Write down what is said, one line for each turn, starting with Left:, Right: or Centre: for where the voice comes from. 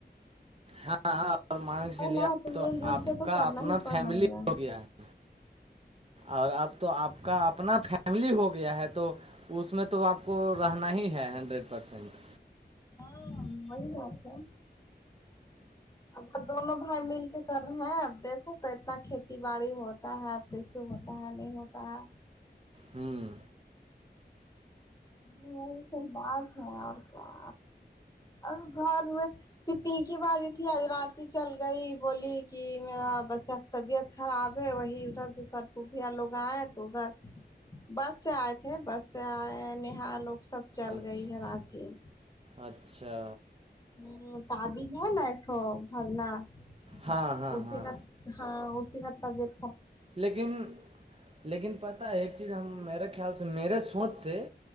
Right: ہاں ہاں مانک
Left: پڑھنا
Right: سے لیا
Left: ہے
Right: تو
Left: مل جل
Right: آپ
Left: کے تو
Right: کا
Left: کرنا
Right: اپنا
Left: ہی پڑنا
Right: فیملی
Left: ہے ہاں
Right: ہو گیا ہے اور اب تو آپ کا اپنا فیملی ہو گیا ہے تو اس میں تو آپ کو رہنا ہی ہے ہنڈریڈ پرسینٹ
Left: ہاں وہی بات ہے اب دونوں بھائی مل کے کر رہے ہیں اب دیکھو کتنا کھیتی باڑی ہو ہوتا ہے اپ دیکھیے ہوتا ہے نہیں ہوتا ہے
Right: ہمم
Left: یہی توہ بات ہے اور کیا ا گھر میں پھر تین کی بات یہ تھی آج رات چل گئی بولی کہ میرا بچہ طبیعت خراب ہے وہی ادھر سر خفیہ لوگ آئے تو ادھر بس سے آئے تھے بس سے آئے نہا لوگ سب چل
Right: اچھا
Left: گئی ہے راچین
Right: اچھا
Left: <unintelligible>
Right: ہاں ہاں ہاں
Left: ہاں اسی کا تبیت
Right: لیکن لیکن پتہ ہے ایک چیز ہم میرے خیال سے میرے سوچ سے